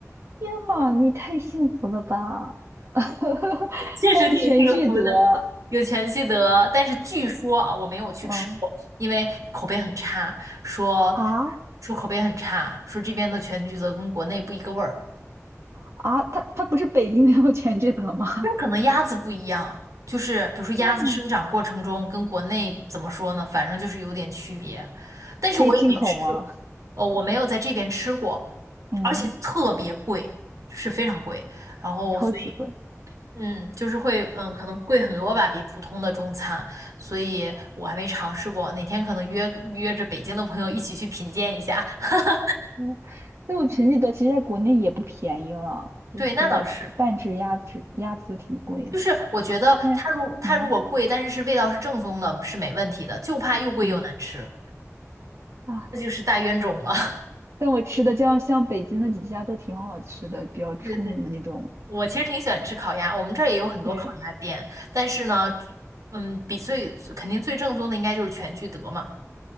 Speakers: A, on the right; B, on the right.
A: 天呐，你太幸福了吧！<laughs>
B: 确实挺幸福的。
A: 还有全聚德，
B: 有全聚德，但是据说啊，我没有去吃过，
A: 哦
B: 因为口碑很差，说
A: 啊。
B: 说口碑很差，说这边的全聚德跟国内不一个味儿，
A: 啊，它它不是北京的有全聚德吗？
B: 但可能鸭子不一样，就是比如说鸭子生长过程中跟国内怎么说呢，
A: <laughs> 天呐，
B: 反正就是有点区别，但是我也没吃，
A: 可以进口吗？
B: 呃，我没有在这边吃过，
A: 嗯，
B: 而且特别贵，是非常贵，然后所以
A: 超级贵。
B: 嗯，就是会，嗯，可能贵很多吧，比普通的中餐，所以我还没尝试过。哪天可能约约着北京的朋友一起去品鉴一下。<laughs>
A: 嗯，但我全聚德其实在国内也不便宜了，就是半只鸭子，
B: 对，那倒是，
A: 鸭子就挺贵的。
B: 就是我觉得它如它如果贵，
A: 但嗯
B: 但是是味道是正宗的，是没问题的，就怕又贵又难吃，
A: 嗯啊，
B: 这就是大冤种了。<laughs>
A: 但我吃的这样像北京那几家都挺好吃的，比较出名的那种，
B: 对对对我其实挺喜欢吃烤鸭，我们这儿也有很多烤鸭店，
A: 对，
B: 但是呢，嗯，比最肯定最正宗的应该就是全聚德嘛。